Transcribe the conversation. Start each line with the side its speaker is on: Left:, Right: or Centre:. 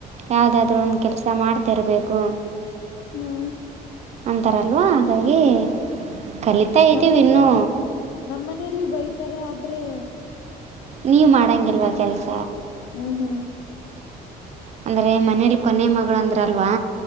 Right: ಯಾವುದಾದ್ೂ ಒಂದು ಕೆಲಸ ಮಾಡ್ತಿರಬೇಕು
Left: ಹಾ
Right: ಅಂತಾರಲ್ವಾ ಹಾಗಾಗಿ ಕಲಿತಾ ಇದ್ದೀವಿ
Left: ನಮ್ಮನೆಯಲ್ಲಿ
Right: ಇನ್ನೂ
Left: ನಮ್ಮನೇಲಿ ಬೈತಾರೆ ಆದ್ರೆ
Right: ನೀವು ಮಾಡೋಂಗಿಲ್ವಾ ಕೆಲಸ
Left: ಹ್ಮ್ ಹ್ಮ್
Right: ಅಂದ್ರೆ ಮನೇಲಿ ಕೊನೆಯ ಮಗಳು ಅಂದ್ರ ಅಲ್ವಾ